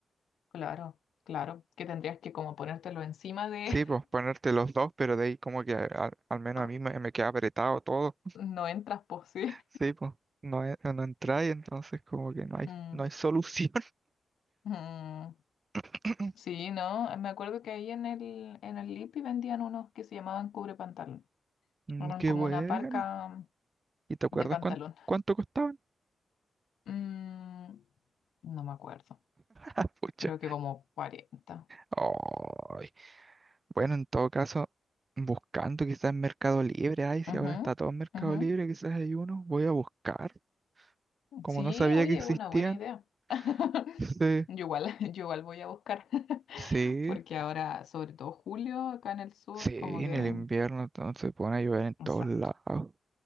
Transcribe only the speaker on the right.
Sí, pues ponerte los dos, pero de ahí como que al, al menos
a mí me, me queda apretado todo.
Sí, pues no, e- no entráis, entonces como que no hay,
no hay solución.
<laughs>
Mm,
Qué
bueno.
¿Y te acuerdas
cuánto, cuánto costaban? <laughs>
Ah, pucha.
Ay. Bueno, en todo caso, buscando quizás en Mercado Libre. Ay, si
ahora está todo en Mercado
Libre, quizás hay uno. Voy a buscar. Como
no sabía
que existían.
<laughs>
Sí,
sí,
sí,
en el invierno entonces se pone a llover en
todos lados.